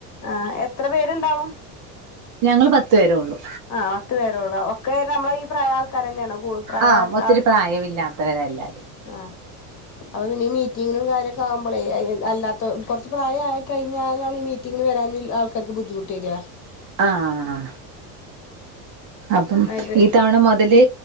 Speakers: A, on the left; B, on the right.
A: ആഹ് എത്ര പേര്ണ്ടാവും
B: ഞങ്ങള് പത്തു പേരേ ഉള്ളൂ
A: ആഹ് പത്ത് പേരൊള്ളു ഒക്കെ നമ്മളെ ഈ പ്രായാൾക്കാരെന്നെണ് കൂടു പ്രായ
B: ആഹ് ഒത്തിരി
A: ആൾ ക്കെ
B: പ്രായമില്ലാത്തവരാ എല്ലാരും
A: ആൾ ആഹ് അത് പിന്നെ ഈ മീറ്റിങ്ങിനും കാര്യൊക്കെ ആവ്മ്പളേ അയ് അല്ലാത്ത കൊറച്ച് പ്രായായി കഴിഞ്ഞാലാണ് ഈ മീറ്റ മീറ്റിങ്ങിന് വരാന്ള്ള ആൾക്കാർക്ക് ബുദ്ധിമുട്ട് വരാ
B: ആഹാ അപ്പം
A: ആയിട്ട്
B: ഈ തവണ മൊതല്